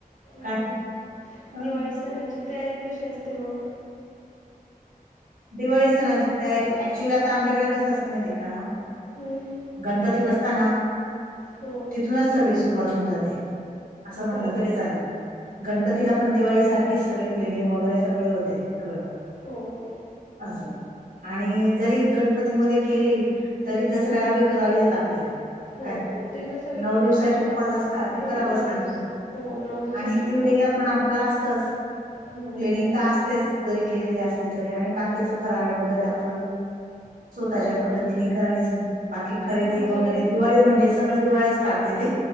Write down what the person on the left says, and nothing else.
हं
हं,
दिवाळी सणाची तयारी कशी असते मग?
हम्म
हो
हो हो
हो हो
हम्म.
हो
हो ते तर सगळीकडेच
करता
हो
नऊ
दिवस हो नऊ दिवसाचे
उपवास
येतात
हो
हो
हो हो
आमच्याकडे